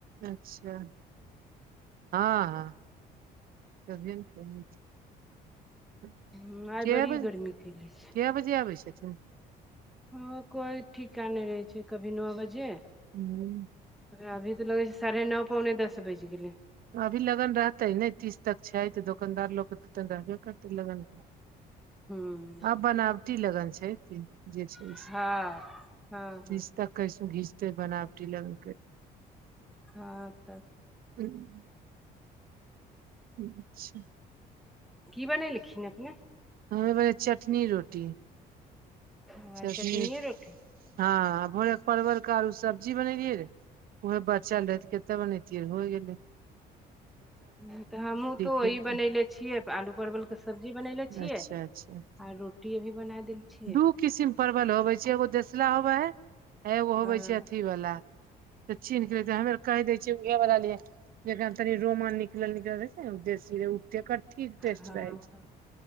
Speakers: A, on the right; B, in the centre.
A: अच्छा हँहँ त ने <unintelligible> कए
B: हूँ आइ बड़ी
A: बजे
B: गर्मी कैले छै
A: कए बजे आबै छथिन
B: ओ कोइ ठीकानै रहै छै कभी न बजे
A: हू
B: अभी तऽ लगै छै साढ़े नौ पौने दस बाजि गेलै
A: अभी लगन रहतै नै तीस तक छै तऽ दोकनदार लोगके तऽ तन रहबे करतै लगन
B: हूँ
A: आ बनावटी लगन छै ती जे छै
B: हँ
A: से
B: हँ हँ
A: तीस तक कैसो घीचते बनावटी लग
B: खाक
A: हू <unintelligible> अच्छा
B: कि बने लखिन अपने
A: हमएबै चटनी रोटी
B: ओ,
A: छ
B: आइ चटनिये
A: ठीक
B: रोटी
A: हँ आ भ <unintelligible> परवल के आरु सब्जी बनेलियै रै उहे बचल रहे तऽ कते बनतियै त होय गेले
B: ह तऽ हमहूँ तऽ
A: खेलकै
B: ओही बनयलै छियै आलू परवलके सब्जी बनयलै छियै
A: अच्छा अच्छा
B: आर रोटी अभी बना देल छियै
A: दू किसिम परवल होबै छै एगो देसला होबा है एगो होबै
B: हँ
A: छै अथीवला तऽ चीन्ह क ले हमेर कहि दै छियै उहे वला लिए जक तनि रोमन निकलल निकल रहै ने उदेसी जेकर ठीक टेस्ट
B: हँ
A: रहै छै